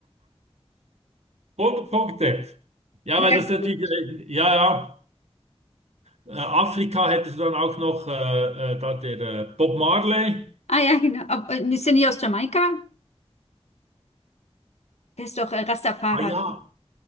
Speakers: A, on the right; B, on the left.
A: Hundert Punkte. Ja,
B: Herrgott.
A: weil das natürlich, äh, ja, ja. Äh, Afrika hättest du dann auch noch äh, äh, da der äh, Bob Marley.
B: Ah ja, genau. Ob, äh, ist der nicht aus Jamaika? Der ist doch äh, Rastafari.
A: Ah ja,